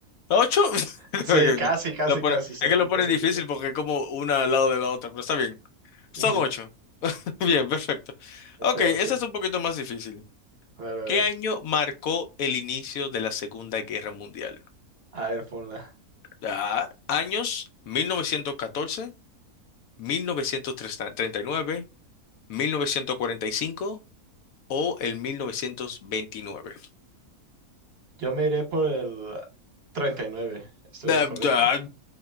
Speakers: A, on the left; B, on the right.
A: ¿Ocho? <laughs>
B: Sí, casi, casi,
A: Lo pone-
B: casi, cerquita,
A: es que lo pone
B: cerquita.
A: difícil porque es como una al lado de la otra, pero está bien. Son
B: 8,
A: ocho. <laughs> Bien, perfecto.
B: Ocho,
A: Ok, esta
B: ocho.
A: es un poquito más difícil.
B: A ver, a ver.
A: ¿Qué año marcó el inicio de la Segunda Guerra Mundial?
B: A ver, ponla.
A: Ah, años 1914. mil mil novecientos novecientos treinta y nueve mil novecientos cuarenta y cinco o el 1929.
B: Yo me iré por el 39. ¿Estoy
A: Da-
B: en lo correcto?
A: da-